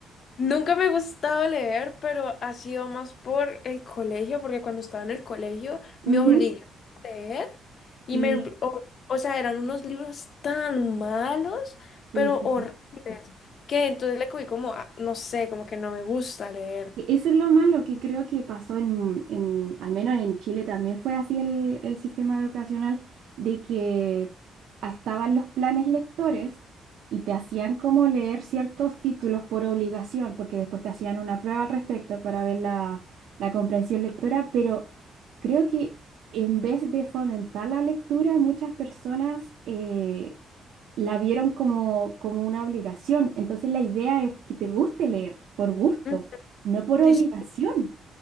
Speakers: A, on the left (about 55°); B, on the right (about 75°).
A: Nunca me ha gustado leer, pero ha sido más por el colegio, porque cuando estaba en el colegio
B: ujú,
A: me obligaron a leer y
B: Sí,
A: me, o, o sea, eran unos libros tan malos,
B: sí,
A: pero
B: sí.
A: horribles, que entonces le cogí como, ah, no sé, como que no me gusta leer.
B: E- Eso es lo malo que creo que pasó en, en- al menos en Chile también fue así el, el sistema educacional, de que ah, estaban los planes lectores y te hacían como leer ciertos títulos por obligación, porque después te hacían una prueba al respecto para ver la, la comprensión lectora, pero creo que en vez de fomentar la lectura, muchas personas eh, la vieron como, como una obligación. Entonces la idea es que te guste leer por gusto,
A: Mm,
B: no por obligación.
A: Sí, sí,